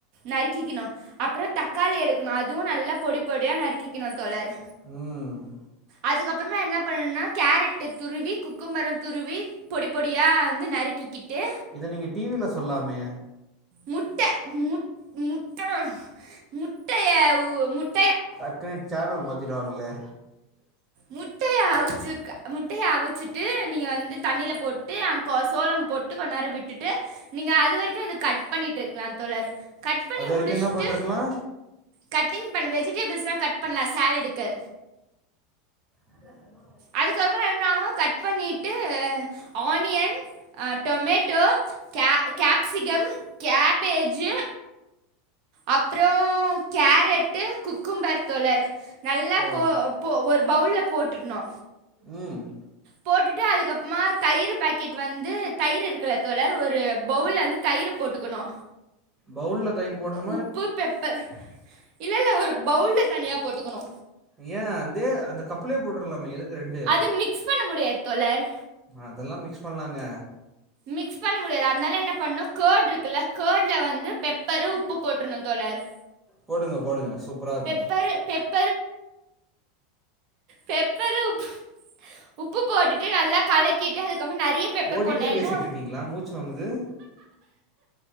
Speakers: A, on the right; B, on the right.
A: நறுக்கிக்கிணோ அப்புறோ தக்காளி எடுக்கணோ அதுவு நல்லா பொடி பொடியா நறுக்கிக்கிணோ தோழர்
B: ம்
A: அதுக்கப்பறமா என்ன பண்ணுனா கேரட்டு துருவி குக்கும்பர துருவி பொடி பொடியா வந்து நறுக்கிக்கிட்டு
B: இத நீங்க டீ வில சொல்லாமே
A: முட்ட முட் முட்ட்ட முட்டய உ முட்
B: டக்குனு சேனல் மாத்திடுவாங்களே
A: முட்டய அவிச்சுக்க முட்டய அவுச்சுட்டு நீங்க வந்து தண்ணில போட்டு அங்கோ சோளம் பொட்டு கொண் நேரோ விட்டுட்டு நீங்க அது வரைக்கு இது கட் பண்ணிட்டு இருக்லா தோழர் கட் பண்ணி
B: அது வரைக்கோ
A: முடிச்சுட்டு
B: என்ன பண்ட்ருக்கலா
A: கட்டிங் பன் வெஜிடேபிள்ஸ்லா கட் பண்லா சேலடுக்கு
B: நல்ல சத்தமா சொல்லு
A: அதுக்கப்புறோ என்னாவு கட் பண்ணீட்டு ஆனியன் அ டொமேட்டோ கே கேப்சிகம் கேபேஜூ அப்றோ கேரட்டு குக்கும்பர் தோழர் நல்லா
B: ஓ
A: போ போ ஒரு பவுல்ல போட்டுட்னு
B: ம்
A: போட்டுட்டு அதுக்கப்பமா தயிர் பாக்கெட் வந்து தயிர் இருக்குல தோழர் ஒரு பவுல்ல வந்து தயிர் போட்டுக்கணு
B: பவுல்ல தயிர் போட்ணு
A: உப்பு பெப்பர் இல்ல இல்ல ஒரு பவுல்ல தனியா போட்டுக்கணு
B: ஏ தே அந்த கப்லே போட்ரலாமே எதுக்கு ரெண்டு
A: அது மிக்ஸ் பண்ண முடியாது தோலர்
B: அதெல்லா மிக்ஸ் பண்லாங்க
A: மிக்ஸ் பண்ண முடியாது அதனால என்ன பண்ணணு கர்ட் இருக்குல்ல கர்ட்ல வந்து பெப்பரு உப்பு போட்ரணு தோழர்
B: போடுங்க போடுங்க சூப்பரா இருக்கு
A: பெப்பரு பெப் பெப்பரு உப் உப்பு போட்டுட்டு நல்லா கலக்கிட்டு அதுக்கப் நறிய பெப்பர்
B: ஓடிட்டே
A: போட்னு ஏனா
B: பேசிட்ருக்கீங்களா மூச்சு வாங்குது